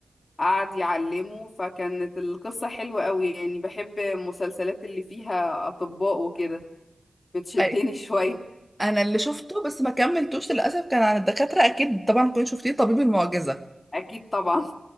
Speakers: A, on the left (about 55°); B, in the centre.
A: قعد يعلمه فكانت القصة حلوة قوي يعني بحب المسلسلات اللي فيها اطباء وكده بتشدني
B: أي.
A: <laughs> شوية
B: انا اللي شفته بس ما كملتوش للاسف كان عن الدكاترة اكيد طبعا كنت شفتيه طبيب المعجزة
A: فاكيد طبعا